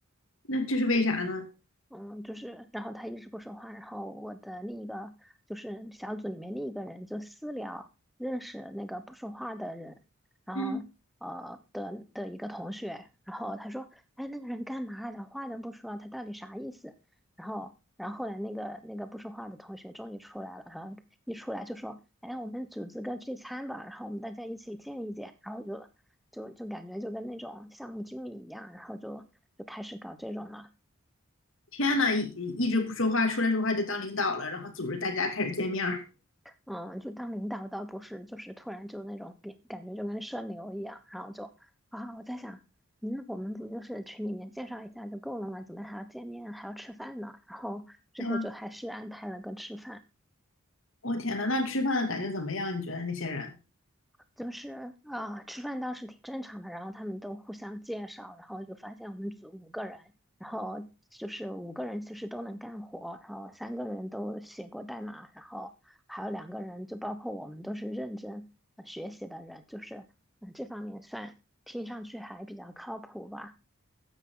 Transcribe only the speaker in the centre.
嗯，就是，然后他一直不说话，然后我的另一个就是小组里面另一个人就私聊认识那个不说话的人，然后呃的的一个同学，
然后他说，哎，那个人干嘛连话都不说，他到底啥意思？然后，然后后来那个那个不说话的同学终于出来了，然后一出来就说，哎，我们组织个聚餐吧，然后我们大家一起见一见，然后就就就感觉就跟那种项目经理一样，然后就就开始搞这种了。
嗯，就当领导倒不是，就是突然就那种变，感觉就跟社牛一样，然后就啊，我在想，嗯，我们不就是群里面介绍一下就够了吗？怎么还要见面，还要吃饭呢？然后最后就还是安排了个吃饭。
就是啊、吃饭倒是挺正常的，然后他们都互相介绍，然后就发现我们组五个人，然后就是五个人其实都能干活，然后三个人都写过代码，然后还有两个人就包括我们都是认真呃学习的人，就是嗯、呃这方面算听上去还比较靠谱吧。